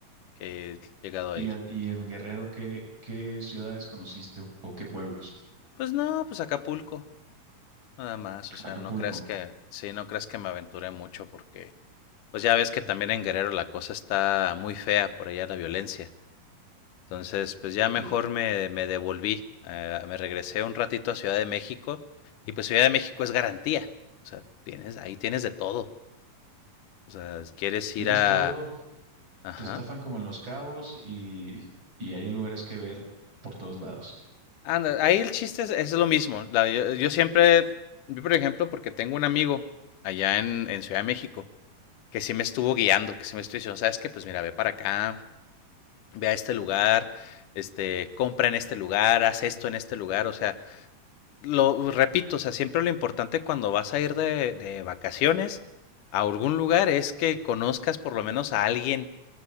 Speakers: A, on the left (about 70°); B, on the right (about 35°).
A: que he llegado
B: Y,
A: a ir.
B: a- y en Guerrero, ¿qué, qué ciudades conociste o, o qué pueblos?
A: Pues no, pues Acapulco, nada más. O sea,
B: Acapulco,
A: no creas que, sí, no creas que me aventuré mucho porque, pues ya ves que también en Guerrero la cosa está muy fea por allá la violencia. Entonces, pues ya mejor
B: sí.
A: me, me devolví, eh, me regresé un ratito a Ciudad de México y pues Ciudad de México es garantía. O sea, tienes, ahí tienes de todo. O sea, quieres
B: Tienes
A: ir a...
B: todo,
A: Ajá.
B: te estafan como en Los Cabos y, y hay lugares que ver por todos lados.
A: Anda, ahí el chiste es, es lo mismo. La- yo, yo siempre, yo por ejemplo, porque tengo un amigo allá en, en Ciudad de México que sí me estuvo guiando, que sí me estuvo diciendo, ¿sabes qué? Pues mira, ve para acá, ve a este lugar, este, compra en este lugar, haz esto en este lugar. O sea, lo repito, o sea, siempre lo importante cuando vas a ir de, de vacaciones a algún lugar es que conozcas por lo menos a alguien